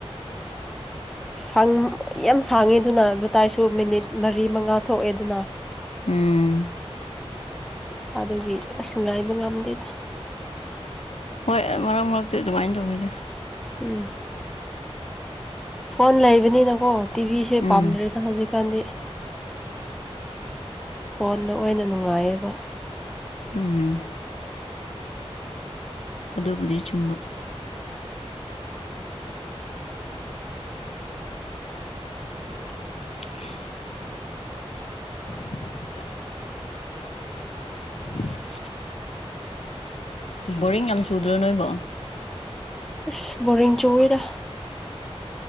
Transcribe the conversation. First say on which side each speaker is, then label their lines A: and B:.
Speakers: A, in the centre; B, on the left.
A: ꯁꯪ ꯌꯥꯝ ꯁꯥꯡꯉꯦ ꯑꯗꯨꯅ ꯑꯦꯕꯇꯥꯏꯁꯨ ꯃꯤꯅꯤꯠ ꯃꯔꯤ ꯃꯉꯥ ꯊꯣꯛꯑꯦ ꯑꯗꯨꯅ
B: ꯎꯝ
A: ꯑꯗꯨꯒꯤ ꯏꯁ ꯉꯥꯏꯕ ꯉꯝꯗꯦꯗ
B: ꯍꯣꯏ ꯃꯔꯛ ꯃꯔꯛꯆꯦ ꯑꯗꯨꯃꯥꯏꯅ ꯇꯧꯋꯤꯗ
A: ꯎꯝ ꯐꯣꯟ ꯂꯩꯕꯅꯤꯅꯀꯣ ꯇꯤꯚꯤꯁꯦ
B: ꯎꯝ
A: ꯄꯥꯝꯗ꯭ꯔꯦꯗ ꯍꯧꯖꯤꯛꯀꯥꯟꯗꯤ ꯐꯣꯟꯗ ꯑꯣꯏꯅ ꯅꯨꯡꯉꯥꯏꯌꯦꯕ
B: ꯎꯝ ꯑꯗꯣꯕꯨꯗꯤ ꯆꯨꯝꯕ
A: <inaudible>
B: <inaudible> <inaudible> <unintelligible> ꯕꯣꯔꯤꯡ ꯌꯥꯝ ꯆꯨꯗ꯭ꯔꯣ ꯅꯣꯏꯕꯣ
A: ꯑꯁ ꯕꯣꯔꯤꯡ ꯆꯨꯏꯗ